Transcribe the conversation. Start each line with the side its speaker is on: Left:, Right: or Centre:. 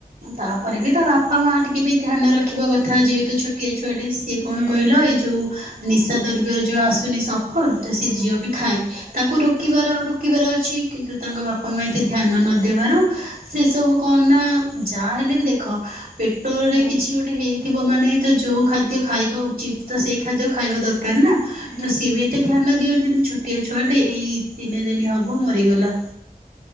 Right: ତାପରେବି ତା ବାପ ବାପା ମାଆ ଟିକିଏବି ଧ୍ୟାନ ରଖିବା କଥା ଯେହେତୁ ଛୋଟିଆ ଛୁଆଟେ ସିଏ କଣ
Left: ହୁଁ
Right: କହିଲ ଏଇ ଯୋଉ। ନିଶା ଦ୍ରବ୍ୟର ଯେଉଁ ଆସୁନି ସଫଲ ତ ସେ ଝିଅବି ଖାଏ। ତାକୁ ରୋକିବାର ରୋକିବାର ଅଛି କିନ୍ତୁ ତାଙ୍କ ବାପା ମା ଏତେ ଧ୍ୟାନ ନଦେବାରୁ ସେ ସବୁ କଣନା ଯାହା ହେଲେବି ଦେଖ ପେଟରେ
Left: ହଁ
Right: କିଛି ଗୋଟେ ହେଇ ଥିବ ମାନେ ତଯୋଉ ଖାଦ୍ୟ ଖାଇବା ଉଚିତ ତସେଇ ଖାଦ୍ୟ ଖାଇବା ଦରକାରନା।
Left: ହୁଁ
Right: ତ ସିଏବି ଏତେ ଧ୍ୟାନ ଦିଅନ୍ତ ଛୋଟିଆ ଛୁଆଟେ ଏଇ ତିନି ଦିନ ହବ ମରିଗଲା।